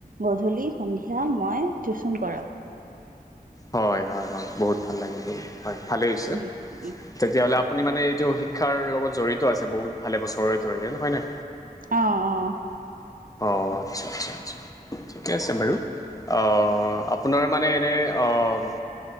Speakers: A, on the right; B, on the left.
A: গধূলি স, ন্ধিয়া মই টিউচন কৰাওঁ।
B: হয়', হয়', হয়', বহুত ভাল লাগিল হয়', ভালেই হৈছে।
A: উম, উম,
B: তেতিয়া হ'লে আপুনি মানে এইটো শিক্ষাৰ লগত জড়িত আছে, বহুত ভালে বছৰে ধৰি, হয় নাই?
A: অঁ', অহ'।
B: অহ', আচ্ছা', আচ্ছা', আচ্ছা', ঠিকে আছে বাৰু। অহ', আপোনাৰ মানে এনে অহ'